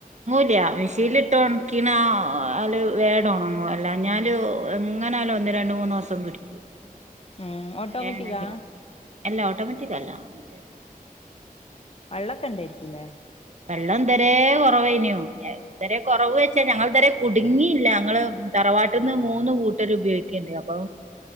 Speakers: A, on the right; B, on the left.
A: ല്ല മിഷീൻല്ട്ട് ഒണക്കിണാല് വേണ്ടൊണങ്ങും അല്ലഞാല് എങ്ങനായാലും ഒ രണ്ട് മൂന്നൂസം പിടി
B: ഉം
A: മഴേണെങ്കില്
B: ഓട്ടോമാറ്റിക്കാ
A: അല്ലാ ഓട്ടോമാറ്റിക്കല്ല മറ്റേ
B: വെള്ളൊക്കെണ്ടേര്ക്കും ല്ലെ
A: വെള്ളം എന്തരെ കുറവനു ഇന്തരെ കുറവ് വെച്ചാ ഞങ്ങൾന്തരെ കുടുങ്ങിയില്ല ഞങ്ങള് തറവാട്ടന്ന് ന്ന് കൂട്ടര് ഉപയോഗിക്ക്‌ണ്ടപ്പോ